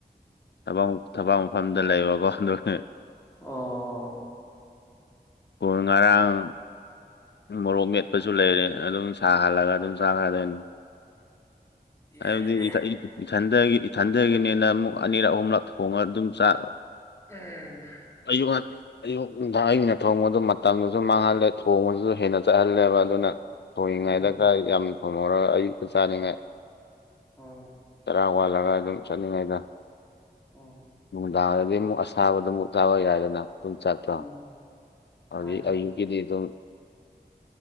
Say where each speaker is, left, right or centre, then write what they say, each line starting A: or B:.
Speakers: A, on the left; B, on the left.
A: <unintelligible> ꯐꯝꯗ ꯂꯩꯕꯀꯣ ꯑꯗꯨꯅꯦ
B: ꯑꯣ
A: ꯀꯣꯜ ꯉꯔꯥꯡ ꯃꯣꯔꯣꯛ ꯃꯦꯠꯄꯁꯨ ꯂꯩꯔꯦ ꯑꯗꯨꯝ ꯁꯥꯍꯜꯂꯒ ꯑꯗꯨꯝ ꯆꯥꯔꯗꯣꯏꯅꯤ <unintelligible>
B: ꯌꯥꯏꯅꯦ
A: ꯏꯊꯟꯗꯒꯤ ꯏꯊꯟꯗꯒꯤꯅꯤꯅ ꯑꯃꯨꯛ ꯑꯅꯤꯔꯛ ꯑꯍꯨꯝꯔꯛ ꯊꯣꯡꯉ ꯑꯗꯨꯝ ꯆꯥꯔꯕ
B: ꯎꯝꯍ
A: ꯑꯌꯣ <unintelligible> ꯑꯌꯨꯛ ꯅꯨꯡꯗꯥꯡ ꯑꯩꯅ ꯊꯣꯡꯕꯗꯨ ꯃꯇꯝꯗꯨꯁꯨ ꯃꯥꯡꯍꯜꯂꯦ ꯊꯣꯡꯕꯁꯨ ꯍꯦꯟꯅ ꯆꯠꯍꯜꯂꯦꯕ ꯑꯗꯨꯅ ꯊꯣꯡꯉꯤꯉꯩꯏꯗ
B: ꯎꯝ
A: ꯈ ꯌꯥꯝ ꯊꯣꯡꯉꯧꯔꯒ ꯑꯌꯨꯛꯛꯇ ꯆꯥꯅꯤꯡꯉꯥꯏ
B: <unintelligible>
A: ꯆꯔꯥ ꯋꯥꯜꯂꯒ ꯑꯗꯨꯝ ꯆꯠꯅꯤꯡꯉꯩꯗ
B: ꯑꯣ
A: ꯅꯨꯡꯗꯥꯡꯗꯗꯤ ꯑꯃꯨꯛ ꯑꯁꯥꯕꯗꯨ ꯑꯃꯨꯛ ꯆꯥꯕ ꯌꯥꯏꯗꯅ ꯑꯗꯨꯝ ꯆꯠꯇ꯭ꯔꯣ
B: ꯎꯝ
A: ꯍꯧꯖꯤꯛ
B: ꯃꯥꯅꯤ
A: ꯑꯌꯨꯛꯀꯤꯗꯤ
B: ꯃꯥꯅꯤ
A: ꯑꯗꯨꯝ